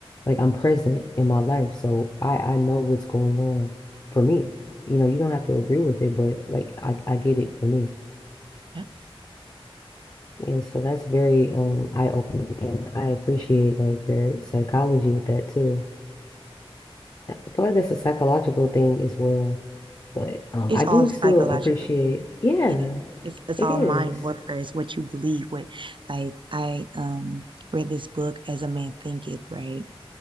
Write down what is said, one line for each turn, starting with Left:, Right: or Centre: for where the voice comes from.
Left: Like I'm present in my life. So I I know what's going on for me. You know, you don't have to agree with it, but like I, I get it for me.
Right: Yep.
Left: And so that's very um eye-opening and I appreciate like your psychology with that too. I feel like that's a psychological thing as well. But um
Right: It's
Left: I
Right: all
Left: do
Right: a
Left: still
Right: psychological
Left: appreciate
Right: thing.
Left: yeah,
Right: Yeah. It's, it's
Left: it
Right: all
Left: is.
Right: mind warfare. It's what you believe. What, like I, um, read this book as a man thinketh, right?